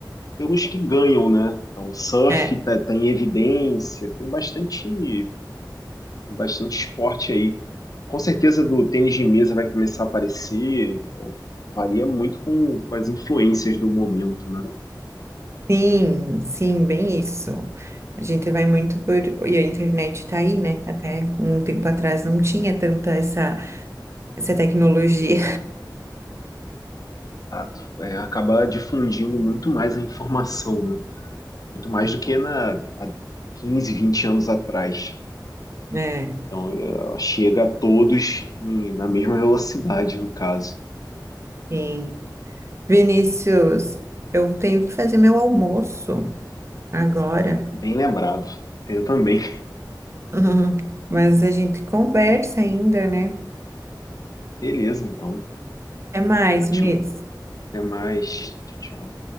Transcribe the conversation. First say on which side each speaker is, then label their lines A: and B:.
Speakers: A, on the left (about 50°); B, on the right (about 35°).
A: pelos que ganham, né? Então, o surf
B: É.
A: tá, tá em evidência, tem bastante, bastante esporte aí. Com certeza do tênis de mesa vai começar a aparecer, então, varia muito com, com as influências do momento, né?
B: Sim, sim, bem isso. A gente vai muito por. E a internet tá aí, né? Até um tempo atrás não tinha tanta essa, essa tecnologia,
A: Ah, É, acaba difundindo muito mais a informação, né? Muito mais do que na, há 15, 20 anos atrás.
B: <laughs> né?
A: Então, eh, chega a todos em- na mesma velocidade, no caso.
B: Sim. Vinícius, eu tenho que fazer meu almoço agora.
A: Bem lembrado. Eu também.
B: <laughs> Mas a gente conversa ainda, né?
A: Beleza, então.
B: Até mais,
A: Ótimo.
B: Vinícius.
A: Até mais. Tchau.